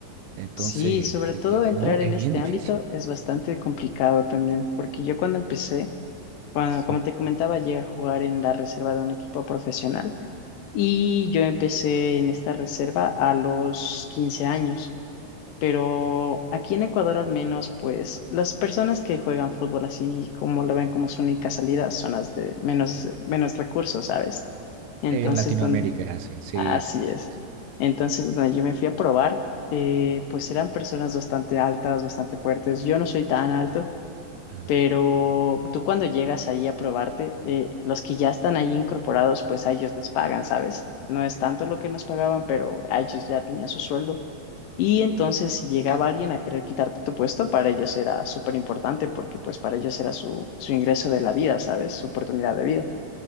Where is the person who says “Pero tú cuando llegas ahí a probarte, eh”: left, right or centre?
Left